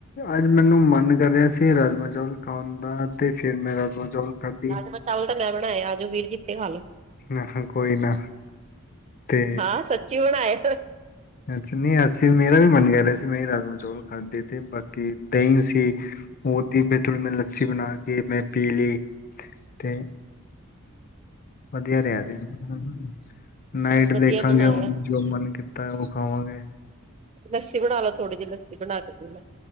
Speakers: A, on the left; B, on the right.
A: ਅੱਜ ਮੈਨੂੰ ਮਨ ਕਰ ਰਿਹਾ ਸੀ ਰਾਜਮਾਂ ਚਾਵਲ ਖਾਣ ਦਾ ਤੇ ਫਿਰ ਮੈਂ ਰਾਜਮਾ ਚਾਵਲ ਖਾਧੀ
B: ਰਾਜਮਾਹ ਚਾਵਲ ਤਾਂ ਮੈਂ ਬਣਾਏ ਹੈ ਵੀਰ ਜੀ ਕੀ ਹਾਲ ਹੈ
A: ਨਾ ਕੋਈ ਨਾ ਤੇ
B: ਹਾਂ ਸੱਚੀ ਬਣਾਏ
A: ਅੱਛਾ ਨਹੀ ਅਸੀਂ ਵੀ ਮੇਰਾ ਵੀ ਮਨ ਕਰ ਰਿਹਾ ਅਤੇ ਮੈਂ ਰਾਜਮਹ ਚੌਲ ਖਾਧੇ ਅਤੇ ਬਾਕੀ ਦੇਹੀਂ ਸੀ ਉਹਦੀ ਲੱਸੀ ਬਣਾ ਕੇ ਮੈਂ ਪੀ ਲਈ ਅਤੇ ਵਧੀਆ ਰਿਹਾ ਦੇ <inaudible> ਨਾਈਟ
B: ਵਧੀਆ
A: ਦੇਖਾਂਗੇ
B: ਬਣਾਏ ਆ
A: ਜੋ ਮਨ ਤਾਂ ਉਹ ਖਾਵਾਂਗੇ
B: ਲੱਸੀ ਬਣਾ ਲੋ ਥੋੜ੍ਹੀ ਜਿਹੀ ਲੱਸੀ ਬਣਾ ਲੋ